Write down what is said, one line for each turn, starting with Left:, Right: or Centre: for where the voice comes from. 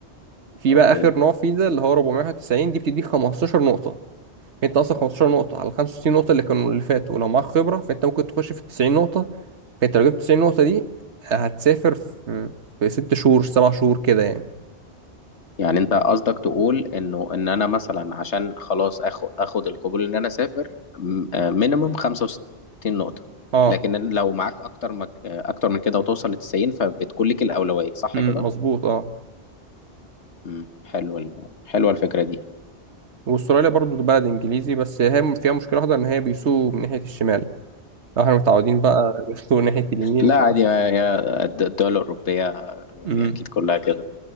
Right: في
Left: اوكي
Right: بقى آخر نوع فيزا اللي هو 491 دي بتديك 15 نقطة فأنت أصلا 15 نقطة على 65 نقطة اللي كانوا اللي فاتوا ولو معاك خبرة فأنت ممكن تخش في 90 نقطة فأنت لو جبت 90 نقطة دي هتسافر في في ست شهور سبع شهور كده يعني
Left: يعني انت قصدك تقول انه ان انا مثلا عشان خلاص اخد اخد القبول ان انا اسافر مينيمم 65 نقطة
Right: اه
Left: لكن لو معاك اكتر مك... آه، اكتر من كده وتوصل ل 90 فبتكون لك الأولوية صح
Right: أمم،
Left: كده؟
Right: مظبوط اه
Left: امم حلوه ال... حلوه الفكرة دي
Right: واستراليا برضو ده بلد انجليزي بس هي فيها مشكله واحده ان هي بيسوقوا من ناحيه الشمال لو احنا متعودين بقى <laughs> بيسوقوا من ناحيه اليمين
Left: لا
Right: ف
Left: عادي يا- يا الد- الدول الأوروبية يعني
Right: مم.
Left: اكيد كلها كده